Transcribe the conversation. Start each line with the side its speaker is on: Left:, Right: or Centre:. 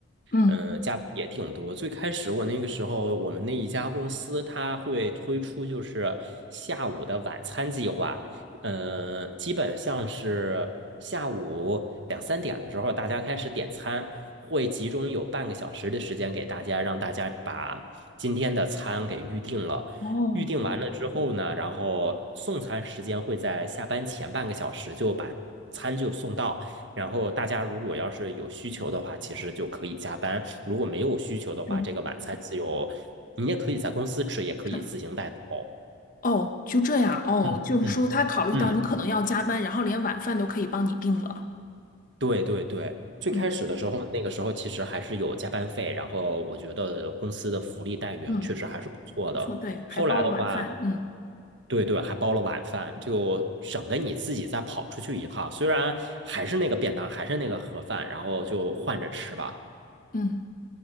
Left: 嗯，
Right: 呃，加班也挺多。最开始我那个时候，我们那一家公司它会推出就是下午的晚餐计划，呃，基本像是下午两三点的时候，大家开始点餐，会集中有半个小时的时间给大家，让大家把今天的餐给预定了。
Left: 哦，
Right: 预定完了之后呢，然后送餐时间会在下班前半个小时就把餐就送到。然后大家如果要是有需求的话，其实就可以加班；如果没有需求的话，
Left: 有，
Right: 这个晚餐自由，你也可以在公司吃，也可以自行带走。
Left: 是，哦，就这样，哦，
Right: 嗯嗯嗯。
Left: 就是说他考虑到你可能要加班，然后连晚饭都可以帮你定了。
Right: 对对对，最开始的时候，
Left: 嗯
Right: 那个时候其实还是有加班费，然后我觉得公司的福利待遇确实还是不错的。
Left: 嗯，不错，对，还包了晚饭。
Right: 后来的话，
Left: 嗯
Right: 对对，还包了晚饭，就省得你自己再跑出去一趟。虽然还是那个便当，还是那个盒饭，然后就换着吃吧。
Left: 嗯